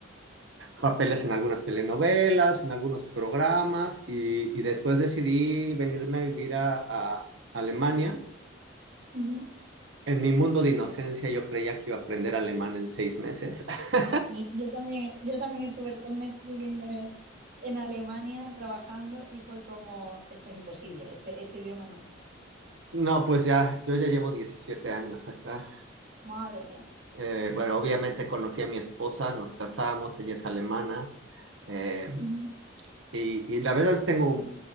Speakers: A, on the right; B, on the right.
A: papeles en algunas telenovelas, en algunos programas y, y después decidí venirme a vivir a, a Alemania.
B: Ujú.
A: En mi mundo de inocencia yo creía que iba a aprender alemán en seis meses. <laughs>
B: Y Yo también, yo también estuve tres meses viviendo en, en Alemania trabajando y fue como, esto es imposible, este, este idioma no.
A: No, pues ya, yo ya llevo 17 años acá.
B: Madre mía.
A: Eh, bueno, obviamente conocí a mi esposa, nos casamos, ella es alemana. eh,
B: Ujú.
A: y, y la verdad tengo,